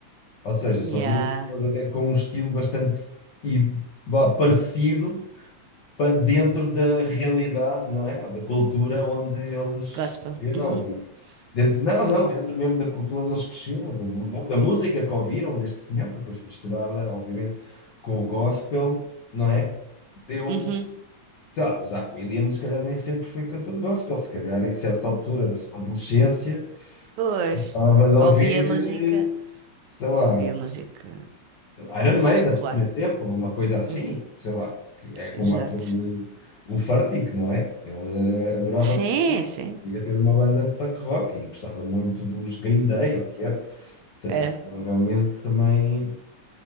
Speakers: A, on the left (about 65°); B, on the right (about 80°).
A: Ou seja,
B: Yeah.
A: são duas pessoas até com um estilo bastante e, vá, parecido, para dentro da realidade, não é? Da cultura onde eles
B: Gospel.
A: cresceram.
B: Uhum.
A: E dentro, não,
B: Yeah.
A: não, dentro mesmo da cultura onde eles cresceram, da, do mu- da música que ouviram deste senhor, depois misturar, né, obviamente, com o gospel, não é? Deu.
B: Uhum.
A: Sei lá, o Zach Williams, se calhar, nem sempre foi cantor gospel, se calhar, em certa altura da sua adolescência,
B: Pois,
A: estava de ouvir,
B: ouvia
A: eh,
B: música,
A: sei lá.
B: ouvia música
A: Ironmaiden,
B: secular.
A: por exemplo, uma coisa assim,
B: Uhum.
A: sei lá, que é como
B: Exato.
A: aquele, o Furtick, não é? Ele eh, adorava
B: Sim,
A: punk rock,
B: sim,
A: queria ter uma banda de punk rock e gostava muito dos Green Day, ou o que era. Ou seja,
B: era.
A: provavelmente também,